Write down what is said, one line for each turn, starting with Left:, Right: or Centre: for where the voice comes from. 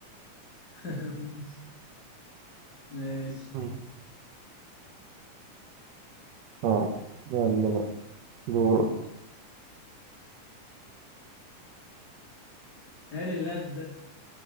Left: <laughs> ماشي
Right: مم. اه يلا بقى دورك
Left: هل اللاعب ده